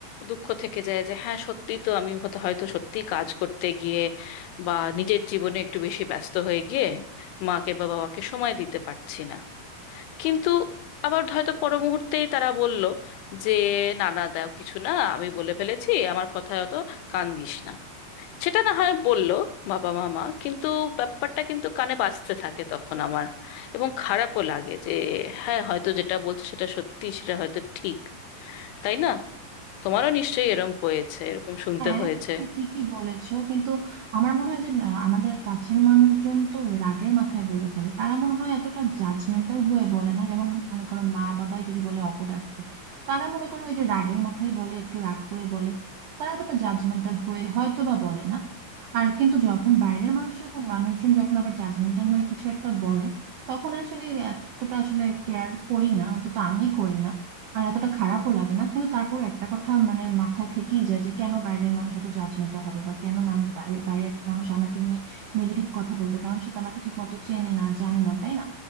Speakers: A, on the left (about 85°); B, on the right (about 80°).
A: দুঃখ থেকে যায় যে হ্যাঁ সত্যি তো আমি হয়তো হয়তো সত্যি কাজ করতে গিয়ে বা নিজের জীবনে একটু বেশি ব্যস্ত হয়ে গিয়ে মাকে বা বাবাকে সময় দিতে পারছি না কিন্তু আবার হয়তো পর মুহূর্তেই তারা বলল যে না না দাও কিছু না আমি বলে ফেলেছি আমার কথায় অত কান দিস না সেটা না হয় বললো বাবা মামা কিন্তু ব্যাপারটা কিন্তু কানে বাজতে থাকে তখন আমার এবং খারাপও লাগে যে হ্যাঁ হয়তো যেটা বলছে সেটা সত্যি সেটা হয়তো ঠিক তাই না তোমারও নিশ্চয়ই এরম হয়েছে এরকম শুনতে
B: হ্যাঁ
A: হয়েছে
B: তুমি ঠিকই বলেছো কিন্তু আমার মনে হয় যে না, আমাদের কাছের মানুষজন তো রাগের মাথায় বলে ফেলে তারা মনে হয় এতটা জাজমেন্টাল হয়ে বলে না যেমন মনে করো মা বাবাই যদি বলে অপদার্থ তারা মনে করো ওই যে রাগের মাথায় বলে একটু রাগ করে বলে তারা এতটা জাজমেন্টাল হয়ে হয়তো বা বলে না আর কিন্তু যখন বাইরের মানুষ যখন মানুষজন যখন আবার জাজমেন্টাল হয়ে কিছু একটা বলে তখন আসলে এতটা আসলে কেয়ার করি না অন্তত আমি করি না আর এতটা খারাপও লাগে না কিন্তু তারপর একটা কথা মানে মাথায় থেকেই যায় যে কেন বাইরের মানুষ এত জাজমেন্টাল হবে বা কেন মানুষ বাইরে বাইরে একটা মানুষ আমাকে নিয়ে নেগেটিভ কথা বলবে কারণ সে তো আমাকে ঠিক মতো চেনে না জানে না তাই না